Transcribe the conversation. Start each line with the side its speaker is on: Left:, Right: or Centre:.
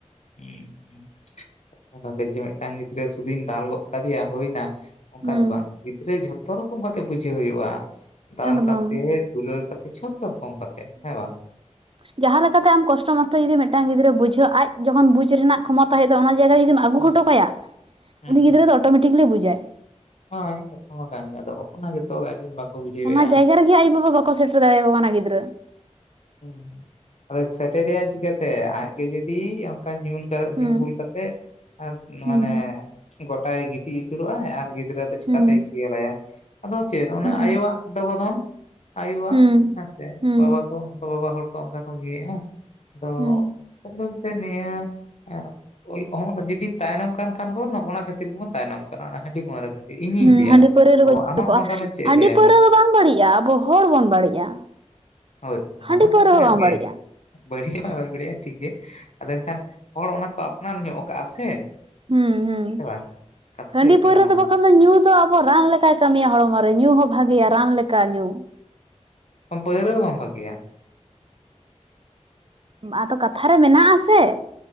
Left: ᱦᱮ <unintelligible> ᱚᱱᱟᱛᱮ ᱡᱮ ᱢᱤᱫᱴᱟᱝ ᱜᱤᱫᱽᱨᱟᱹ, ᱥᱩᱫᱩᱧ ᱫᱟᱞ ᱜᱚᱫ ᱠᱟᱫᱮᱭᱟ ᱦᱳᱭᱳᱱᱟ᱾ ᱚᱱᱠᱟ
Right: ᱦᱩᱸ
Left: ᱫᱚ ᱵᱟᱝ, ᱜᱤᱫᱽᱨᱟᱹ ᱡᱷᱚᱛᱚ ᱨᱚᱠᱚᱢ ᱠᱟᱛᱮᱼᱜ, ᱵᱩᱡᱷᱟᱹᱣ ᱦᱳᱭᱩᱳᱜᱼᱟ, ᱫᱟᱞ
Right: ᱮᱠᱫᱚᱢ
Left: ᱠᱟᱛᱮᱼᱜ ᱫᱩᱞᱟᱹᱲ ᱠᱟᱛᱮ, ᱡᱷᱚᱛᱚ ᱨᱚᱠᱚᱢ ᱠᱟᱛᱮ ᱦᱮᱸ ᱵᱟᱝ᱾
Right: ᱡᱟᱦᱟᱸᱞᱮᱠᱟ ᱞᱮᱠᱟᱹᱛᱮ ᱟᱢ ᱠᱚᱥᱴᱚᱹᱢᱥᱛᱚ ᱡᱩᱫᱤ ᱢᱤᱫᱴᱟᱝ ᱜᱤᱫᱽᱨᱟᱹ ᱵᱩᱡᱷᱟᱹᱜ ᱟᱡ ᱡᱚᱹᱠᱷᱚᱱ ᱵᱩᱡ ᱨᱮᱱᱟᱼᱜ ᱠᱷᱚᱢᱚᱛᱟ ᱦᱩᱭᱩᱜ ᱟᱢᱟ ᱚᱱᱟ ᱡᱟᱭᱜᱟ ᱡᱩᱫᱤᱢ ᱟᱹᱜᱩ
Left: ᱦᱩᱸ
Right: ᱦᱚᱴᱚ ᱠᱟᱭᱟ
Left: ᱦᱩᱸ
Right: ᱩᱱᱤ ᱜᱤᱫᱽᱨᱟᱹ ᱫᱚ ᱚᱴᱳᱢᱮᱴᱤᱠᱹ ᱞᱮ ᱵᱩᱡᱟᱭ᱾
Left: ᱦᱳᱭ ᱠᱟᱛᱷᱟᱹ ᱢᱟ ᱠᱟᱱ ᱜᱮᱭᱟ ᱫᱚ ᱚᱱᱟ ᱜᱮ ᱛᱚ ᱜᱟᱨᱡᱮᱱ ᱵᱟᱠᱚ ᱵᱩᱡᱷᱟᱹᱣᱮᱫᱼᱟ᱾
Right: ᱚᱱᱟ ᱡᱟᱭᱜᱟ ᱨᱮᱜᱮ ᱟᱭᱚ ᱵᱟᱵᱟ ᱵᱟᱠᱚ ᱥᱮᱴᱮᱨ ᱫᱟᱲᱮ ᱟᱠᱚ ᱠᱟᱱᱟ ᱜᱤᱫᱽᱚᱨᱟᱹ᱾
Left: ᱦᱩᱸ ᱟᱫᱚ ᱥᱮᱴᱮᱨ ᱪᱤᱠᱟᱹᱛᱮ ᱟᱡᱜᱮ ᱡᱩᱫᱤ ᱚᱱᱠᱟ ᱧᱩ ᱧᱩ
Right: ᱦᱩᱸ
Left: ᱵᱷᱩᱞ ᱠᱟᱛᱮᱫ
Right: ᱦᱩᱸ
Left: ᱢᱟᱱᱮ ᱜᱚᱴᱟᱭ ᱜᱤᱛᱤᱡ ᱟᱹᱪᱩᱨᱚᱜ ᱟᱭ ᱟᱨ ᱜᱤᱫᱽᱨᱟᱹ ᱪᱮᱠᱟᱹᱛᱮᱭ
Right: ᱦᱩᱸ
Left: ᱠᱷᱤᱭᱟᱹ ᱞᱟᱭᱟᱭ ᱟᱫᱚ ᱪᱮᱫ ᱚᱱᱮ
Right: ᱦᱩᱸ
Left: ᱟᱭᱳᱼᱟᱜ ᱫᱚᱜᱚᱫᱷᱚᱱᱹ᱾ ᱟᱭᱳᱼᱟᱜ
Right: ᱦᱩᱸ
Left: ᱦᱮᱸᱥᱮ
Right: ᱦᱩᱸ ᱦᱩᱸ
Left: ᱵᱟᱵᱟ ᱛᱚ ᱚᱱᱠᱟ ᱵᱟᱵᱟ ᱦᱚᱲᱹ ᱠᱚ ᱚᱱᱠᱟᱹ ᱠᱚ ᱧᱩᱭᱮᱫᱼᱟᱹ᱾ ᱟᱫᱚ
Right: ᱦᱩᱸ
Left: <unintelligible> ᱱᱤᱭᱟᱹ ᱮᱸ ᱩᱞ ᱦᱚᱸᱜ ᱱᱟ ᱡᱩᱫᱤ ᱛᱟᱭᱹᱱᱚᱢ ᱠᱟᱱ ᱠᱷᱟᱱ ᱵᱚᱱ ᱚᱱᱟ ᱠᱷᱟᱹᱛᱤᱨ ᱜᱮ ᱵᱚᱱ ᱛᱟᱭᱱᱚᱢ ᱠᱟᱱᱟ ᱚᱱᱟ ᱦᱟᱺᱰᱤ ᱯᱟᱹᱨᱣᱟᱹ ᱠᱷᱟᱹᱛᱤᱨ᱾ ᱤᱧᱤᱧ
Right: ᱦᱩᱸ
Left: ᱞᱟᱹᱭᱟ
Right: ᱦᱟᱺᱰᱤ ᱯᱟᱹᱣᱨᱟᱹ
Left: ᱛᱚ
Right: ᱨᱮᱠᱚ ᱡᱚᱵᱮ
Left: ᱟᱢᱟᱜ
Right: ᱠᱚᱜᱼᱟ,
Left: ᱢᱚᱛᱟᱢᱚᱛ ᱪᱮᱫ
Right: ᱦᱟᱺᱰᱤ
Left: ᱞᱟᱹᱭᱟᱭ
Right: ᱯᱟᱹᱣᱨᱟᱹ
Left: ᱢᱟᱱᱮ
Right: ᱫᱚ ᱵᱟᱝ ᱵᱟᱹᱲᱤᱡᱼᱟ ᱟᱵᱚ ᱦᱚᱲ ᱵᱚᱱ ᱵᱟᱹᱲᱤᱡᱼᱟ᱾
Left: ᱦᱳᱭ ᱚᱱᱟᱢᱟ
Right: ᱦᱟᱺᱰᱤ ᱯᱟᱹᱣᱨᱟᱹ
Left: ᱠᱟᱛᱷᱟ
Right: ᱦᱚᱸ
Left: ᱠᱟᱱ
Right: ᱵᱟᱝ
Left: ᱜᱮ᱾
Right: ᱵᱟᱹᱲᱤᱡᱼᱟ
Left: ᱵᱟᱹᱲᱤᱡ ᱵᱟ ᱵᱟᱹᱭ ᱵᱟᱹᱲᱤᱡᱼᱟ ᱴᱷᱤᱠ ᱜᱮ ᱟᱫᱚ ᱮᱱᱠᱷᱟᱱ ᱦᱚᱲ ᱚᱱᱟ ᱠᱚ ᱟᱯᱱᱟᱨ ᱧᱚᱜ ᱠᱟᱜᱼᱟ ᱥᱮ᱾
Right: ᱦᱩᱸ ᱦᱩᱸ
Left: ᱦᱮᱸ ᱵᱟᱝ ᱠᱟᱛᱷᱟ
Right: ᱦᱟᱺᱵᱤ
Left: ᱦᱩᱭᱩᱜ ᱠᱟᱱᱟ
Right: ᱯᱟᱹᱣᱨᱟᱹ
Left: ᱱᱚᱣᱟ
Right: ᱫᱚ ᱵᱟᱹᱠᱷᱟᱱ ᱧᱩ ᱫᱚ ᱟᱵᱚ ᱨᱟᱱ ᱞᱮᱠᱟᱭ ᱠᱟᱹᱢᱤᱭᱟ ᱦᱚᱲᱢᱚ ᱨᱮ ᱧᱩ ᱦᱚᱸ ᱵᱷᱟᱜᱮᱭᱟ ᱨᱟᱱ ᱞᱮᱠᱟ ᱧᱩ ᱾
Left: ᱯᱟᱭᱨᱟᱹ ᱫᱚ ᱵᱟᱝ ᱵᱷᱟᱜᱮᱭᱟ ᱾
Right: ᱟᱫᱚ ᱠᱟᱛᱷᱟ ᱨᱮ ᱢᱮᱱᱟᱜ-ᱟ ᱥᱮ ᱾